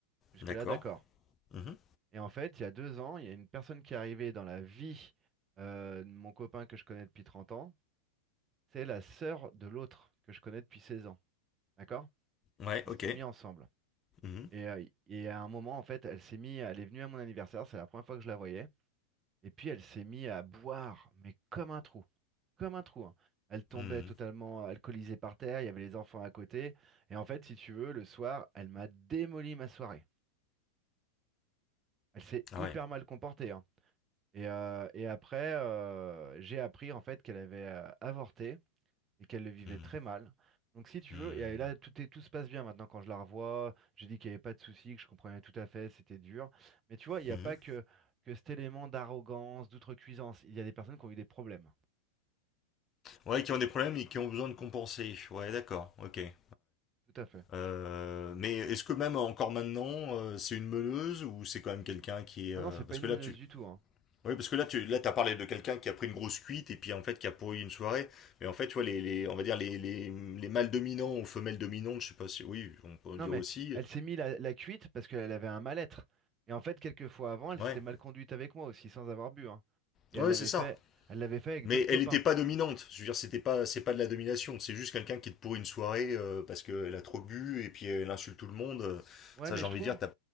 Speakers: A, on the right; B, on the left.
A: Jusque-là,
B: D'accord.
A: d'accord.
B: Mhm,
A: Et en fait, il y a deux ans, il y a une personne qui est arrivée dans la vie euh, de mon copain que je connais depuis 30 ans. C'est la sœur de l'autre que je connais depuis 16 ans. D'accord?
B: Ouais,
A: Ils
B: ok.
A: se sont mis ensemble.
B: Mhm,
A: Et, euh, et à un moment, en fait, elle s'est mise... Elle est venue à mon anniversaire. C'est la première fois que je la voyais. Et puis elle s'est mise à boire, mais comme un trou, comme un trou. hein. Elle tombait
B: mhm.
A: totalement alcoolisée par terre, il y avait les enfants à côté. Et en fait, si tu veux, le soir, elle m'a démoli ma soirée. Elle s'est
B: Ah
A: hyper
B: ouais.
A: mal comportée. hein. Et, euh, et après, euh, j'ai appris en fait qu'elle avait euh, avorté et qu'elle le vivait
B: Mhm,
A: très mal. Donc si tu
B: mhm,
A: veux, et euh, là, tout est, tout se passe bien maintenant quand je la revois. J'ai dit qu'il n'y avait pas de souci, que je comprenais tout à fait, c'était dur. Mais tu vois, il n'y
B: mhm.
A: a pas que, que cet élément d'arrogance, d'outrecuidance. Il y a des personnes qui ont eu des problèmes.
B: Ouais, qui ont des problèmes et qui ont besoin de compenser. Ouais, d'accord, ok. ouais.
A: Tout à fait.
B: Euh, mais est-ce que même encore maintenant, euh, c'est une meuleuse ou c'est quand même quelqu'un qui est...
A: Ah
B: euh,
A: non, c'est
B: Parce
A: pas une
B: que
A: meneuse
B: là, tu...
A: du tout, hein.
B: Oui, parce que là, tu là, t'as parlé de quelqu'un qui a pris une grosse cuite et puis en fait qui a pourri une soirée. Mais en fait, tu vois, les, les- on va dire les, les, les mâles dominants ou femelles dominantes, je sais pas si... Oui, on peut
A: Non,
B: dire
A: mais
B: aussi.
A: elle s'est mis la, la cuite parce qu'elle avait un mal-être. Et en fait, quelques fois avant, elle
B: Ouais,
A: s'était mal conduite avec moi aussi, sans avoir bu, hein. Et
B: ouais,
A: elle l'avait
B: c'est ça.
A: fait, elle l'avait fait avec
B: Mais
A: d'autres copains.
B: elle n'était pas dominante. Je veux dire, c'était pas, c'est pas de la domination. C'est juste quelqu'un qui est pour une soirée euh, parce qu'elle a trop bu et puis elle insulte tout le monde.
A: Ouais,
B: Ça,
A: mais
B: j'ai
A: je
B: envie
A: trouve,
B: de dire, t'as...